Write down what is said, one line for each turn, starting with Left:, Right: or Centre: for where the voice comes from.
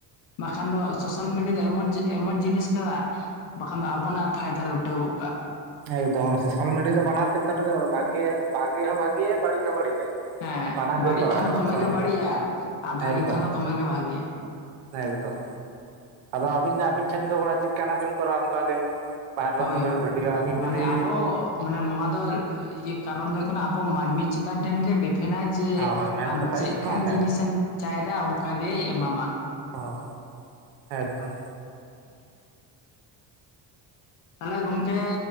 Left: ᱵᱟᱝᱠᱷᱟᱱ ᱫᱚ ᱥᱳᱥᱟᱞ ᱢᱤᱰᱤᱭᱟ ᱫᱚ ᱮᱢᱚᱱ ᱡᱮ ᱮᱢᱚᱱ ᱡᱤᱱᱤᱥ ᱠᱟᱱᱟ ᱵᱟᱠᱷᱟᱱ ᱫᱚ ᱟᱵᱚᱱᱟᱜ ᱟᱨ ᱯᱷᱟᱭᱫᱟ ᱞᱩᱴᱟᱹᱣ ᱜᱚᱜ ᱠᱟᱜᱼᱟ᱾
Right: ᱮᱠᱫᱚᱢ ᱥᱳᱥᱟᱞ ᱢᱤᱰᱤᱭᱟ ᱫᱚ ᱵᱟᱱᱟᱨ ᱠᱷᱮᱛᱨᱮ ᱨᱮᱜᱮ ᱵᱷᱟᱜᱮ ᱵᱷᱟᱜᱤ ᱦᱚᱸ ᱵᱷᱟᱜᱤᱭᱟ ᱵᱟᱹᱲᱤᱡ ᱦᱚᱸ ᱵᱟᱹᱲᱤᱡᱟᱭ᱾
Left: ᱦᱮᱸ
Right: ᱵᱟᱱᱟᱨ
Left: ᱵᱟᱹᱲᱤᱡ
Right: ᱜᱮ ᱠᱚᱨᱟᱣᱟᱭ
Left: ᱠᱷᱟᱱ ᱫᱚ
Right: ᱥᱳᱥᱟᱞ
Left: ᱫᱚᱢᱮᱜᱮ
Right: ᱢᱤᱰᱤᱭᱟ
Left: ᱵᱟᱹᱲᱤᱡᱼᱟ ᱟᱨ ᱵᱷᱟᱹᱜᱤ
Right: ᱮᱠᱫᱚᱢ
Left: ᱠᱷᱟᱱ ᱫᱚᱢᱮᱜᱮ ᱵᱷᱟᱜᱤᱼᱟ᱾
Right: ᱮᱠᱫᱚᱢ ᱟᱫᱚ ᱟᱹᱵᱤᱱ ᱟᱹᱵᱤᱱ ᱴᱷᱮᱱ ᱜᱮ ᱜᱚᱲᱟ ᱪᱮᱫᱠᱟᱱᱟᱜ ᱵᱤᱱ ᱠᱚᱨᱟᱣᱟ ᱚᱱᱠᱟᱜ ᱜᱮ <unintelligible>
Left: ᱦᱳᱭ
Right: ᱵᱷᱤᱰᱤᱣᱚ
Left: ᱦᱳᱭ
Right: ᱟᱵᱤᱱ
Left: ᱢᱟᱱᱮ
Right: ᱡᱩᱫᱤ
Left: ᱟᱵᱚ ᱢᱟᱱᱮ ᱱᱚᱣᱟ ᱫᱚ ᱤᱭᱟᱹ ᱠᱟᱨᱚᱱ ᱫᱚ ᱦᱩᱭᱩᱜ ᱠᱟᱱᱟ ᱟᱵᱚ ᱢᱟᱹᱱᱢᱤ ᱪᱮᱛᱟᱱ ᱴᱷᱮᱱ ᱜᱮ ᱰᱤᱯᱷᱮᱱᱟᱭ ᱡᱮ
Right: ᱦᱳᱭ ᱢᱮᱱ
Left: ᱟᱢ
Right: ᱠᱟᱛᱷᱟ
Left: ᱪᱮᱫᱠᱟᱱ
Right: ᱦᱩᱭᱩᱜ ᱠᱟᱱᱟ ᱚᱸᱰᱮ
Left: ᱡᱤᱱᱤᱥ ᱮᱢ ᱪᱟᱭᱮᱫᱟ ᱚᱱᱠᱟ ᱜᱤ ᱮᱢᱟᱢᱟ᱾
Right: ᱦᱳᱭ ᱮᱠᱫᱚᱢ᱾
Left: ᱛᱟᱦᱚᱞᱮ ᱜᱚᱝᱠᱮ